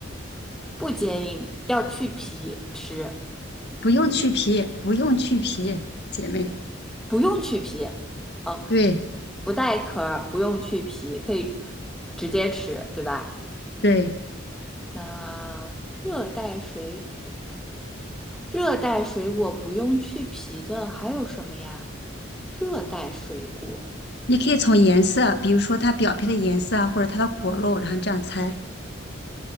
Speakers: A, in the centre; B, on the left (about 55°).
A: 不坚硬，要去皮吃，
B: 不用去皮，不用去皮，姐妹，
A: 不用去皮，哦，
B: 对
A: 不带壳儿，不用去皮，可以直接吃，对吧？
B: 对。
A: 那热带水果，热带水果不用去皮的还有什么呀？热带水果，
B: 你可以从颜色，比如说它表皮的颜色啊，或者它的果肉，然后这样猜。